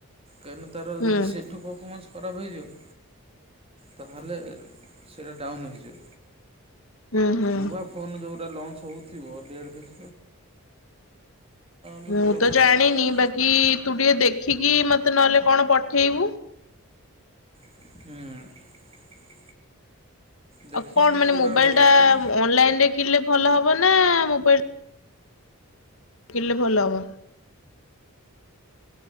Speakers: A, on the right; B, on the left.
A: କାରଣ ତାର
B: ହୁଁ
A: ଯଦି ସେଠୁ ପରଫମାନ୍ସ ଖରାପ ହେଇଯିବ ତାହଲେ, ସେଇଟା ଡାଉନ୍ ହେଇଜୀବ।
B: ହୁଁ ହୁଁ।
A: ନୂଆ ଫୋନ ଯଉଟା ଲଞ୍ଚ ହଉଥିବ ଡେଟ ଦେଖି ବି
B: ମୁଁ
A: ଭଲ ପଡ଼େ
B: ତ ଜାଣିନି,
A: ଆଉ
B: ବାକି ତୁ ଟିକେ ଦେଖିକି ମତେ ମତେ ନହେଲେ କଣ, ପଠେଇବୁ?
A: ହୁଁ। ଦେଖିକି
B: ଆଉ, କଣ
A: ବି
B: ମାନେ
A: ଯେଉଁଟା
B: ମୋବାଇଲ୍
A: ଭଲ
B: ଟା
A: ଥିବ
B: ଅନଲାଇନରେ କିଣିଲେ ଭଲ ହବ ନା? ମୋବାଇଲ୍ କିଣିଲେ ଭଲ ହବ।